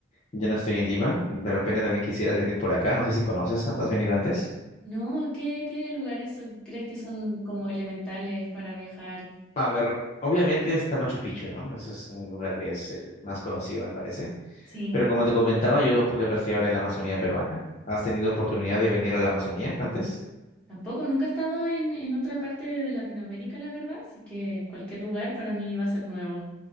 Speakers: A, on the left; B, in the centre.
A: ya no estoy en Lima, de repente también quisieras venir por acá, no sé si conoces, ¿has venido antes?
B: No, ¿qué, qué lugares son- crees que son como elementales para viajar?
A: A ver, obviamente está Machu Picchu, ¿no? Ese es un lugar que es el más conocido, me parece.
B: Sí,
A: Pero como te comentaba, yo, por ejemplo, estoy ahora en la Amazonía peruana. ¿Has tenido oportunidad de venir a la Amazonía antes?
B: tampoco nunca he estado en, en otra parte de Latinoamérica, la verdad, así que cualquier lugar para mí va a ser nuevo.